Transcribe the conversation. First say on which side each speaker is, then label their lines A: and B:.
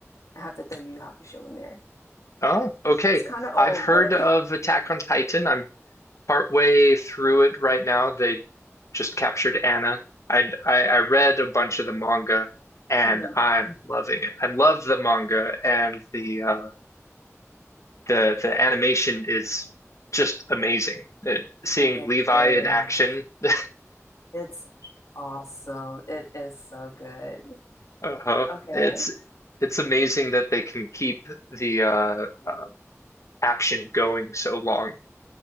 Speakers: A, on the left; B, on the left.
A: I have to throw Yu Yu Hakusho in there.
B: Oh, okay.
A: It's kind of old,
B: I've heard
A: but
B: of Attack on Titan. I'm partway through it right now. They just captured Anna. I, I I read a bunch of the manga,
A: <laughs>
B: and
A: Mhm.
B: I'm loving it. I love the manga, and the uh, the the animation is just amazing. It, seeing
A: it
B: Levi
A: is.
B: in action <laughs>
A: It's awesome. It is so good.
B: Uh-huh.
A: Okay.
B: It's it's amazing that they can keep the uh, uh action going so long.